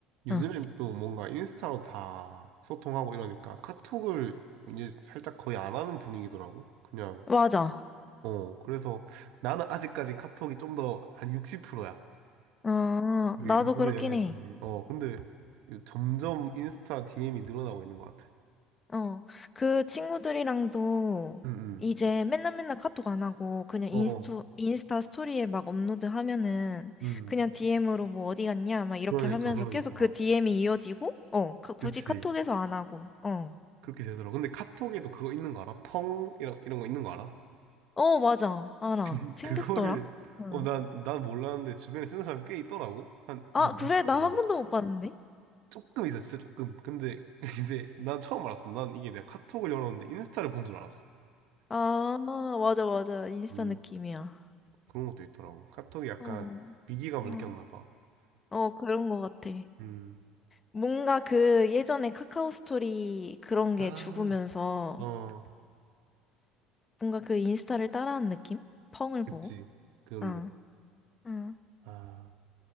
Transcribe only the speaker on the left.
응.
맞아.
어,
나도
그렇긴
해.
어, 그 친구들이랑도
이제 맨날 맨날 카톡 안 하고 그냥 인스토,
인스타 스토리에 막 업로드 하면은
그냥 DM으로 뭐 어디 갔냐 막 이렇게
하면서
계속 그 DM이 이어지고 어, 가- 굳이
카톡에서 안 하고 어.
어, 맞아. 알아.
생겼더라.
응.
아, 그래?
나
한 번도 못 봤는데?
아, 맞아, 맞아. 인스타
느낌이야.
어,
응.
어, 그런 거 같아.
뭔가 그 예전에 카카오 스토리 그런 게
죽으면서
뭔가 그 인스타를 따라하는 느낌? 펑을
보고.
어, 어,